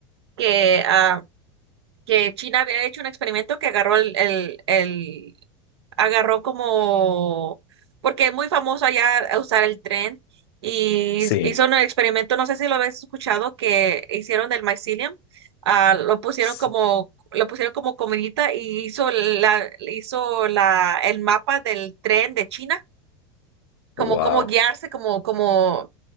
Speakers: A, on the right (about 85°); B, on the left (about 70°).
A: que, ah, que China había hecho un experimento que agarró el, el, el- agarró como, porque es muy famoso allá a usar el tren y
B: Sí.
A: hizo un experimento, no sé si lo habías escuchado, que hicieron del mycelium, ah, lo pusieron
B: sí.
A: como... lo pusieron como comidita y hizo la hizo la el mapa del tren de China como,
B: Wow,
A: como guiarse, como, como,